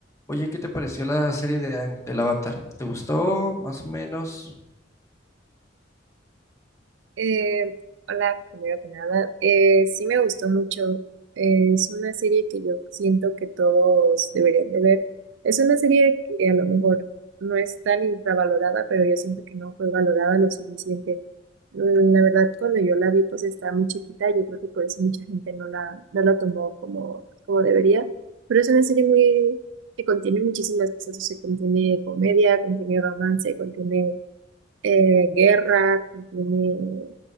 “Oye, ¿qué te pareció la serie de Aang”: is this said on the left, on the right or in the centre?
Left